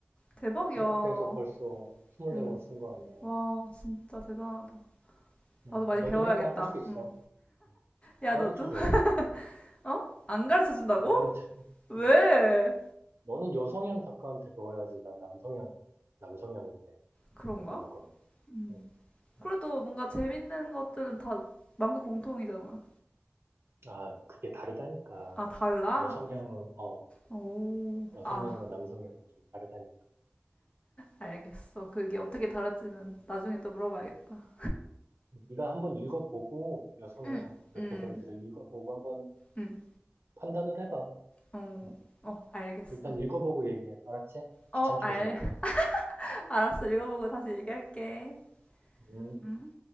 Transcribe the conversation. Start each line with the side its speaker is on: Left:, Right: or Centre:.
Left: 대박이야.
Right: 그렇게 해서 벌써 24권
Left: 응.
Right: 쓴 거 아니야.
Left: 와, 진짜 대단하다.
Right: 음,
Left: 나도 많이
Right: 너도
Left: 배워야겠다.
Right: 해봐. 할 수 있어.
Left: 응.
Right: 음, 안
Left: 야,
Right: 가르쳐줘.
Left: 너도? <laughs> 어? 안 가르쳐 준다고?
Right: 안 가르쳐.
Left: 왜?
Right: 어, 너는 여성향 작가한테 배워야지. 난 남성향, 남성향인데,
Left: 그런가?
Right: 배울 거면.
Left: 음.
Right: 음.
Left: 그래도 뭔가 재밌는 것들은 다 만국 공통이잖아.
Right: 아, 그게 다르다니까.
Left: 아, 달라?
Right: 여성향은, 어,
Left: 오.
Right: 여성향과
Left: 아,
Right: 남성향은 좀 다르다니까.
Left: 알겠어. 그게 어떻게 다른지는 나중에 또 물어봐야겠다.
Right: 네가 한번 읽어보고, 여성향
Left: 응,
Right: 웹소설들을
Left: 응,
Right: 읽어보고 한번
Left: 응.
Right: 판단을 해봐.
Left: 어,
Right: 음.
Left: 어, 알겠어.
Right: 일단 읽어보고 얘기해. 알았지?
Left: 어,
Right: 귀찮게
Left: 알,
Right: 하지 말고.
Left: <laughs> 알았어. 읽어보고 다시 얘기할게.
Right: 음.
Left: 음.